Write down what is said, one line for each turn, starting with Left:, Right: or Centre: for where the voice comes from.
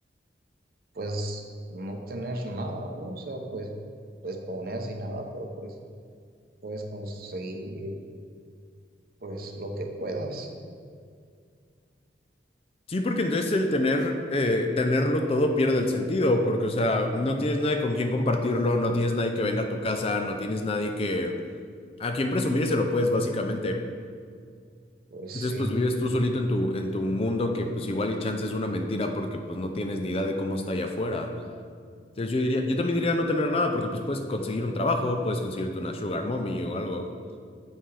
Right: pues no tener nada, ¿no? O sea, pues, pues poner así nada, pero pues puedes conseguir, pues lo que puedas,
Left: Sí, porque entonces el tener, eh, tenerlo todo pierde el sentido, porque, o sea, no tienes nadie con quien compartirlo, no tienes nadie que venga a tu casa, no tienes nadie que... a quien presumir se lo puedes, básicamente.
Right: pues sí,
Left: Entonces, pues vives tú solito en tu, en tu mundo que, pues igual y chance es una mentira porque, pues no tienes ni idea de cómo está allá afuera. Entonces yo diría, yo también diría no tener nada porque pues puedes conseguir un trabajo, puedes conseguirte una sugar mommy o algo.